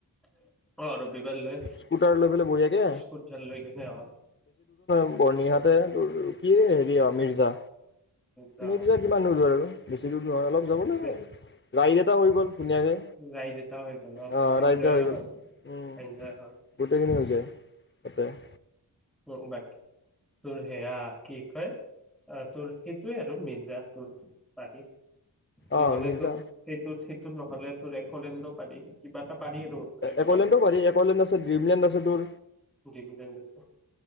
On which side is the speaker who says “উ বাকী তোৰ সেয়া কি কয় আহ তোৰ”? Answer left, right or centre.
Centre